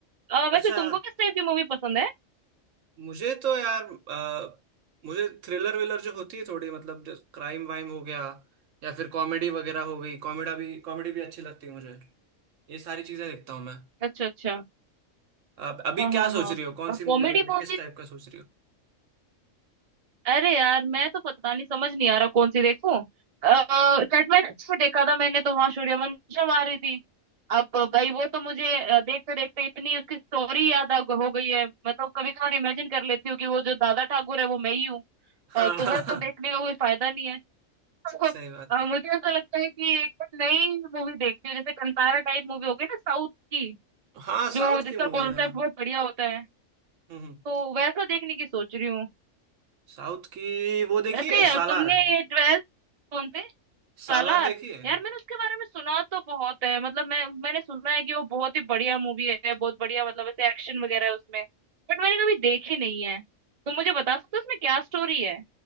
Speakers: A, on the right; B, on the right.
A: अ,
B: अच्छा
A: वैसे तुमको किस टाइप की मूवी पसंद है
B: मुझे तो यार अ, मुझे थ्रिलर विलर जो होती है थोड़ी मतलब जो क्राइम वाइम हो गया या फिर कॉमेडी वगैरह हो गई कॉमेडा भी कॉमेडी भी अच्छी लगती है मुझे ये सारी चीजें देखता हूँ मैं
A: अच्छा अच्छा
B: अब अभी
A: हाँ हाँ
B: क्या सोच
A: हाँ
B: रही हो कौन सी
A: कॉमेडी
B: मूवी देखने
A: मूवीज
B: किस टाइप का सोच रही हो <laughs>
A: अरे यार मैं तो पता नहीं समझ नहीं आ रहा कौन सी देखूं सेटमेंट में देखा था मैंने तो वहां सूर्यवंशम आ रही थी अब भाई वो तो मुझे देखते देखते इतनी उसकी स्टोरी याद आ हो गई है मतलब कभी कभार इमेजिन कर लेती हूँ कि वो जो दादा ठाकुर है वो मैं ही हूँ अ,
B: हाँ
A: तो
B: हाँ
A: वो
B: हाँ
A: तो देखने का कोई फायदा नहीं है <laughs>
B: सही बात
A: अ,
B: है
A: मुझे ऐसा लगता है कि एक तो नई मूवी देखती हूँ जैसे कंतारा टाइप मूवी हो गई ना साउथ की
B: हाँ साउथ
A: जो जिसका
B: की मूवी
A: कॉन्सेप्ट
B: हाँ
A: बहुत बढ़िया होता है
B: हम्म हम्म।
A: तो वैसा देखने की सोच रही हूँ
B: साउथ की वो देखी
A: वैसे
B: है सालार
A: तुमने ये ट्वेल्थ कौन से
B: सालार
A: सालार
B: देखी है
A: यार मैंने उसके बारे में सुना तो बहुत है मतलब मैं मैंने सुना है कि वो बहुत ही बढ़िया मूवी है बहुत बढ़िया मतलब ऐसे एक्शन वगैरह है उसमें बट मैंने कभी देखी नहीं है तो मुझे बता सकते हो उसमें क्या स्टोरी है